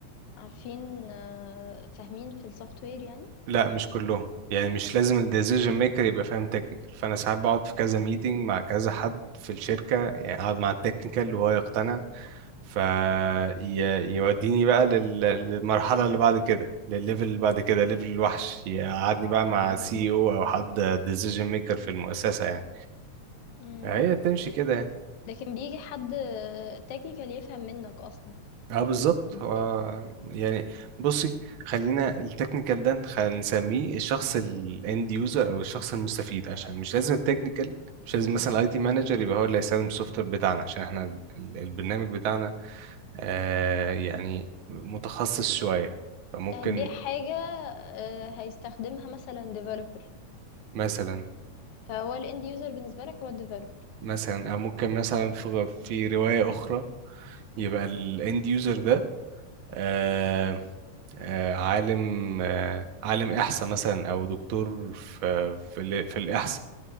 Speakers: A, on the left; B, on the right.
A: عارفين آه، فاهمين في السوفت وير يعني
B: لا مش كلهم يعني مش لازم الديسيجن ميكر يبقى فاهم تكنيكال فانا ساعات بقعد في كذا ميتنج مع كذا حد في الشركه يعني اقعد مع التكنيكال وهو يقتنع فيوديني بقى لل- للمرحله اللي بعد كده للليفل اللي بعد كده ليفل الوحش يقعدني
A: اه
B: بقى مع سي او او حد ديسيجن ميكر في المؤسسه يعني
A: امم
B: هي بتمشي كده يعني
A: لكن بيجي حد تكنيكال يفهم منك اصلا
B: اه بالظبط
A: من
B: هو
A: البدايه
B: يعني بصي خلينا التكنيكال ده نخ- نسميه الشخص الاند يوزر او الشخص المستفيد عشان مش لازم التكنيكال مش لازم مثلا الاي تي مانجر يبقى هو اللي هيستخدم السوفت وير بتاعنا عشان احنا ال- البرنامج بتاعنا آه يعني متخصص شوية فممكن
A: انت هتبيع حاجه آه، هيستخدمها مثلا ديفلوبر
B: مثلا
A: فهو الاند يوزر بالنسبه لك هو الديفلوبر
B: مثلا او ممكن مثلا في في رواية اخرى يبقى الاند يوزر ده آه، آه، عالم آه، عالم إحصاء مثلا أو دكتور في في, ال- في الإحصاء